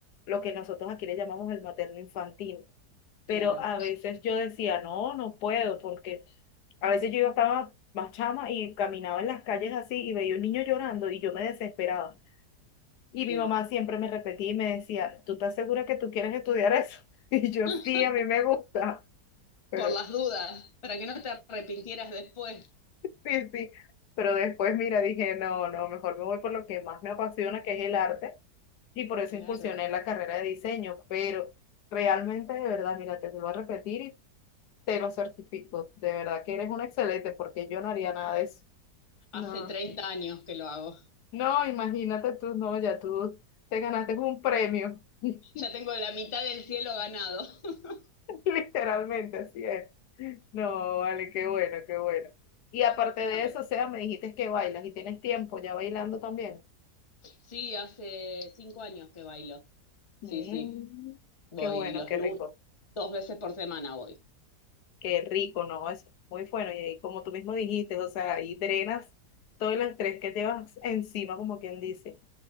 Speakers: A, on the left; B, on the left.
A: lo que nosotros aquí le llamamos el materno infantil. pero
B: Claro,
A: a veces yo decía, no, no puedo, porque a veces yo estaba más chama y caminaba en las calles así y veía un niño llorando y yo me desesperaba. Y
B: sí.
A: mi mamá siempre me repetía y me decía, ¿tú estás segura que tú quieres estudiar eso? <laughs> Y yo,
B: <laughs>
A: sí, a mí me gusta, pero
B: por las dudas, para que no te arrepintieras después.
A: sí, sí. Pero después, mira, dije, no, no, mejor me voy por lo que más me apasiona, que es el arte, y por eso
B: Claro,
A: incursioné en la carrera de diseño, pero realmente, de verdad, mira, te lo vuelvo a repetir, Te lo certifico, de verdad que eres un excelente porque yo no haría nada de eso. No,
B: hace 30 años que lo hago.
A: no, imagínate tú, no, ya tú te ganaste un premio, <laughs>
B: Ya tengo la mitad del cielo ganado. <laughs>
A: literalmente, así es. No, vale, qué bueno, qué bueno. Y aparte de
B: No, pero-
A: eso, o sea, me dijiste que bailas y tienes tiempo ya bailando también.
B: Sí, hace 5 años que bailo.
A: Mm,
B: Sí, sí, voy
A: qué bueno,
B: los
A: qué
B: lunes,
A: rico,
B: dos veces por semana voy.
A: qué rico, no, es muy bueno. Y ahí, como tú mismo dijiste, o sea, ahí drenas todo el estrés que te vas encima, como quien dice.